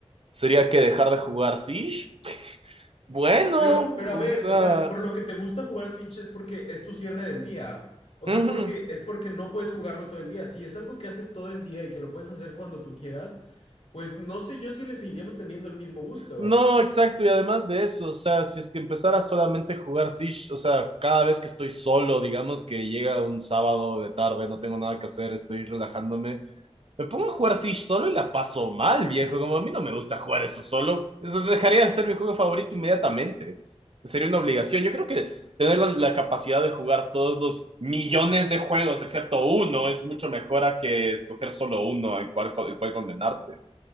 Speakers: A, on the right; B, on the left.
A: sería que dejar de jugar Siege. Bueno,
B: Pero, pero
A: o
B: a ver,
A: sea,
B: o sea, por lo que te gusta jugar Siege es porque es tu cierre del día. O
A: ujú.
B: sea, es porque es porque no puedes jugarlo todo el día. Si es algo que haces todo el día y que lo puedes hacer cuando tú quieras, pues no sé yo si le seguiríamos teniendo el mismo gusto.
A: No, exacto, y además de eso, o sea, si es que empezara solamente a jugar Siege, o sea, cada vez que estoy solo, digamos que llega un sábado de tarde, no tengo nada que hacer, estoy relajándome, Me pongo a jugar así solo y la paso mal, viejo. Como a mí no me gusta jugar eso solo. Eso dejaría de ser mi juego favorito inmediatamente. Sería una obligación. Yo creo que tener la, la capacidad de jugar todos los millones de juegos, excepto uno, es mucho mejor a que escoger solo uno al cual, al cual condenarte.